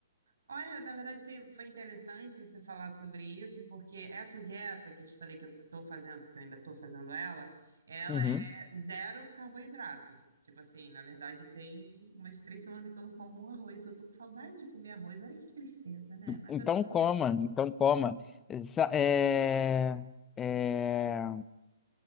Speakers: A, on the right; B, on the left.
A: Olha, na verdade foi foi interessante você falar sobre isso, porque essa dieta que eu te falei que eu estou fazendo, porque eu ainda estou fazendo ela, ela
B: Uhum.
A: é zero carboidrato. Tipo assim, na verdade tem umas três semanas que eu não como um arroz. Eu tô com saudade de comer arroz. Olha que tristeza, né? Mas
B: Então,
A: tá tudo
B: coma,
A: bem.
B: então coma. Essa- é- é,